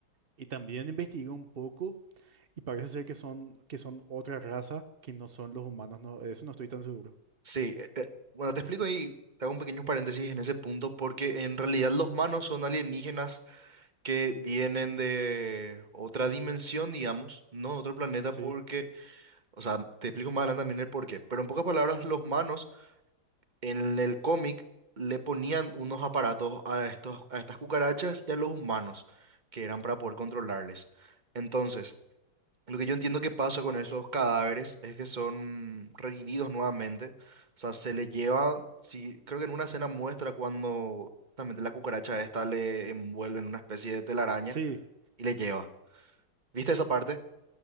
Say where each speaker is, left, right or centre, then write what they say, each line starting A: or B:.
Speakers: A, on the right; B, on the right.
A: y también investigué un poco y parece ser que son, que son otra raza que no son los humanos, no, de eso no estoy tan seguro.
B: Sí, eh, eh, bueno, te explico ahí, te hago un pequeño paréntesis en ese punto, porque en realidad los manos son alienígenas que vienen de otra dimensión, digamos, no de otro planeta,
A: Sí,
B: porque, o sea, te explico más adelante también el porqué, pero en pocas palabras, los manos En el cómic le ponían unos aparatos a estos, a estas cucarachas y a los humanos, que eran para poder controlarles. Entonces, lo que yo entiendo que pasa con esos cadáveres es que son revividos nuevamente. O sea, se les lleva, sí, creo que en una escena muestra cuando justamente la cucaracha esta le envuelve en una especie de telaraña
A: sí,
B: y le lleva. ¿Viste esa parte?